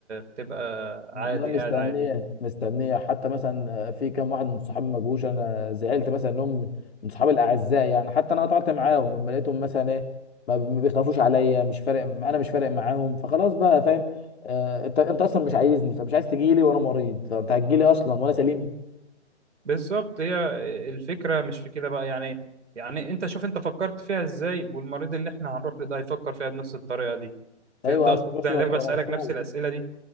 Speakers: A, on the right; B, on the left.
A: بتبقى عادي
B: والله مستنيه
A: قاعد عادي
B: مستنيه حتى مثلا في كام واحد من صحابي ما جوش انا زعلت مثلا انهم من من صحابي الاعزاء يعني حتى انا قطعت معاهم لما لقيتهم مثلا ايه ما بي- ما بيخافوش عليا مش فارق انا مش فارق معاهم فخلاص بقى فاهم آه انت انت اصلا مش عايزني فمش عايز تجيلي وانا مريض فانت هتجيلي اصلا وانا سليم
A: بالظبط هي الفكره مش في كده بقى يعني يعني انت شوف انت فكرت فيها ازاي والمريض اللي احنا هنروح له ده هيفكر فيها بنفس الطريقه دي فهمت
B: ايوه
A: قصدي
B: هتروح
A: انا
B: له
A: ليه
B: هتبقى
A: بسالك
B: مبسوط
A: نفس الاسئله دي